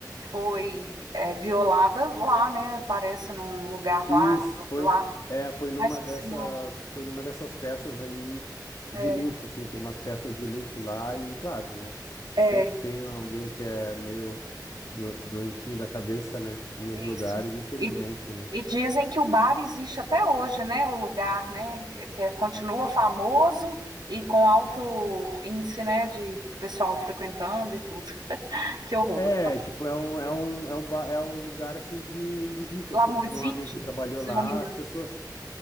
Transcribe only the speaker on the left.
Isso
foi,
é, foi numa
dessas,
foi numa dessas festas aí de
luxo, assim, tem umas festas de luxo lá e, claro, né? Sempre
tem alguém que é meio do- doentinho da cabeça, né? Nos
lugares, infelizmente,
né?
É, tipo, é um, é um, é um, ba- é um lugar, assim, de, de rico,
assim, eu tive um amigo que trabalhou
lá,
as pessoas,